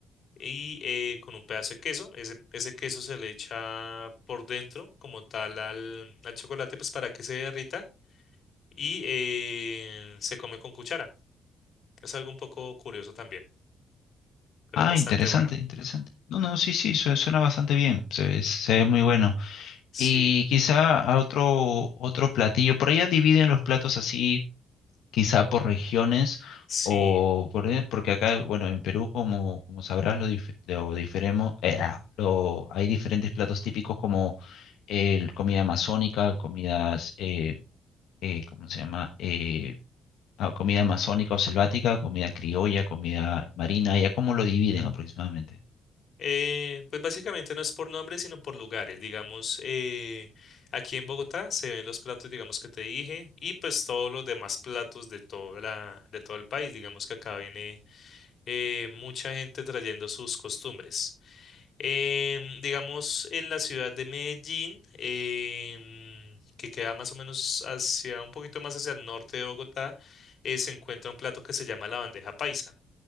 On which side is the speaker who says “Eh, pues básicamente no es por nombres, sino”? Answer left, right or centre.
Left